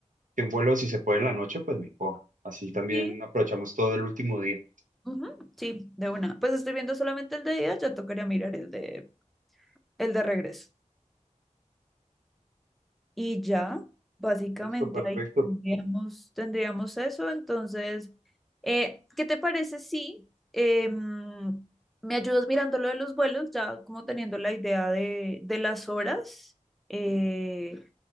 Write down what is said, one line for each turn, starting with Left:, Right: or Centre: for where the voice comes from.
Right: que un vuelo, si se puede en la noche, pues mejor. Así también
Centre: Sí.
Right: aprovechamos todo el último día.
Centre: ujú, Sí, de una. Pues estoy viendo solamente el de día, ya tocaría mirar el de, el de regreso. Y ya, básicamente
Right: Listo, perfecto.
Centre: ahí tendríamos, tendríamos eso. Entonces, eh, ¿qué te parece si em, me ayudas mirando lo de los vuelos, ya como teniendo la idea de, de las horas? Eh,